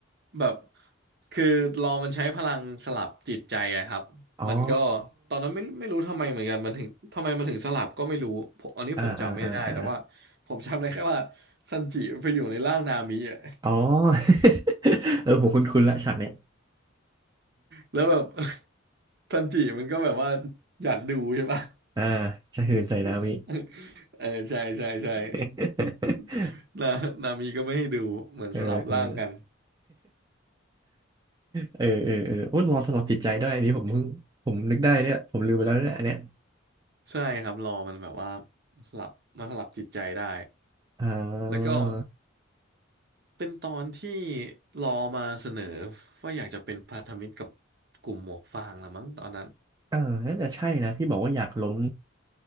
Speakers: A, on the right (about 50°); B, on the right (about 20°).
A: แบบคือรอมันใช้พลังสลับจิตใจอะครับมันก็
B: อ๋อ
A: ตอนนั้นไม่ไม่รู้ทำไมเหมือนกันมันถึงทำไมมันถึงสลับก็ไม่รู้ผมอันนี้ผมจำไม่ได้แต่ว่า
B: อ่าอ่าอ่าอ่า
A: ผมจำได้แค่ว่าซันจิไปอยู่ในร่างนามิอะ
B: อ๋อ <laughs> เออผมคุ้นๆละฉากเนี้ย
A: แล้วแบบ <laughs> ซันจิมันก็แบบว่าอยากดูใช่ปะ
B: อ่าชาฮืนใส่นามิ
A: <laughs> เออใช่ใช่ใช่
B: <laughs>
A: <laughs> นานามีก็ไม่ให้ดูเหมือนสลับร่างกัน
B: เออ <laughs> เออเออเออเออโอ้ยรอสลับจิตใจด้วยอันนี้ผมเพิ่งผมนึกได้เนี่ยผมลืมไปแล้วเนี่ยอันเนี้ย
A: ใช่ครับรอมันแบบว่าสลับมาสลับจิตใจได้
B: อ่า
A: แล้วก็เป็นตอนที่รอมาเสนอว่าอยากจะเป็นพันธมิตรกับกลุ่มหมวกฟางละมั้งตอนนั้น
B: อ่าน่าจะใช่นะที่บอกว่าอยากล้ม